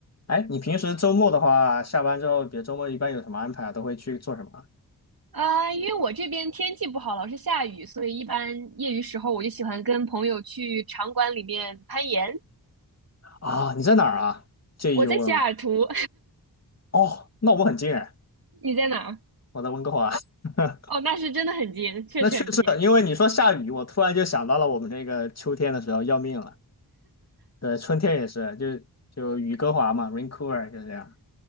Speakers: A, on the left; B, on the right.
A: 哎，你平时周末的话，下班之后，比如周末一般有什么安排啊？都会去做什么
B: 啊，因为我这边天气不好，老是下雨，所以一般业余时候我就喜欢跟朋友去场馆里面攀岩。
A: 啊？啊，你在哪儿啊？介意又问吗？
B: 我在西雅图，
A: 哦，那我们很近哎，
B: <laughs> 你在哪儿？
A: 我在温哥华。<laughs>
B: 哦，那是真的很近，确实很近。
A: 那确实，因为你说下雨，我突然就想到了我们这个秋天的时候要命了。对，春天也是，就就雨哥华嘛 r a i n c o u v e r 就这样。